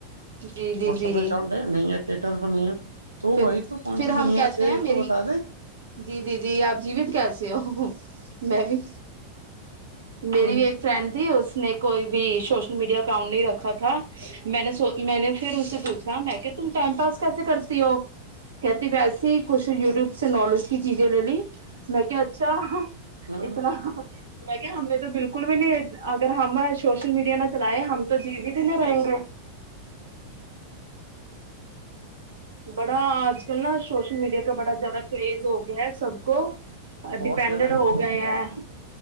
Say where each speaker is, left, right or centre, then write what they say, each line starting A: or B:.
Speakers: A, on the right; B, on the right.
A: جی جی
B: واٹسپ
A: جی
B: اکاؤنٹ ہے نہیں ہے تر ب نہیں تو
A: پھر
B: وہی تو کون
A: پھر
B: سی
A: ہم
B: دنیا
A: کہتے
B: سے ہے
A: ہیں
B: یہ
A: میری
B: تو بتا دیں
A: جی جی جی آپ جیوت کیس ہو میں بھی میری
B: کون
A: بھی ایک
B: سی
A: فرینڈ تھی اس نے کوئی بھی سوشل میڈیا کاؤنٹ نہیں رکھا تھا میں نے س میں نے پھر اس سے پوچا م میں کہ تم ٹائم پاس کیسے کرچ س وہ اپن کہتی وسی کچھ یوٹیوب سے نالج کی چیزیں لے لی میں کیا اچھا
B: ہاں
A: اتنا مے ہمیں تو بالکل بھی نہیں اگر ہم سوشل میڈیا نہ چلائے ہم تو جی بھی دینے رہیں گے بڑا آج کل نا سوشل میڈیا کا بڑا زیادہ کریز ہو گیا ہے سب کو
B: بہت
A: ڈپینڈٹ
B: زیادہ کریز
A: ہو گئے
B: گیا
A: ہیں
B: ہے